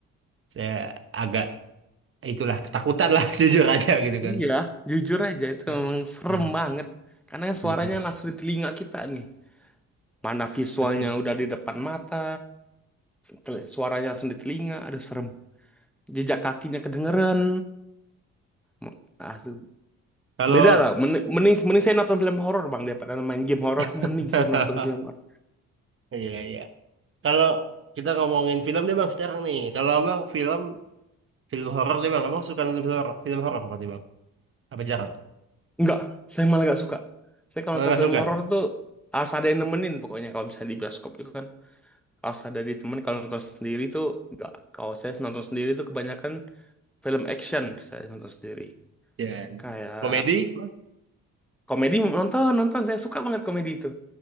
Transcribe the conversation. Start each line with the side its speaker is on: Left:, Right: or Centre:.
Right: saya agak itulah ketakutan lah <laughs> jujur aja gitu
Centre: Iya,
Right: kan.
Centre: jujur aja itu
Right: Heeh.
Centre: memang serem
Right: Heeh.
Centre: banget. Karena yang
Right: Mm-mm.
Centre: suaranya langsung di telinga kita nih. Mana visualnya
Right: Betul.
Centre: udah di depan mata, tel- suaranya langsung di telinga, aduh serem. Jejak kakinya kedengeran. M- Aduh,
Right: Kalau
Centre: beda lah. Men- Mending, mending saya nonton film horor bang daripada main game horor tuh
Right: <laughs>
Centre: mending saya nonton film horor.
Right: iya iya. Kalau kita ngomongin film deh bang sekarang nih. Kalau abang film Film horor deh bang, abang suka nonton film horor? Film horor berarti bang? Apa jarang?
Centre: Enggak, saya malah gak suka. Saya kalau
Right: Oh,
Centre: nonton
Right: nggak
Centre: film
Right: suka?
Centre: horor tuh harus ada yang nemenin pokoknya kalau misalnya di bioskop itu kan. harus ada di temen kalau nonton sendiri tuh nggak kalau saya nonton sendiri tuh kebanyakan film action saya nonton sendiri
Right: Ya.
Centre: kayak
Right: Komedi? Bang?
Centre: komedi nonton nonton saya suka banget komedi itu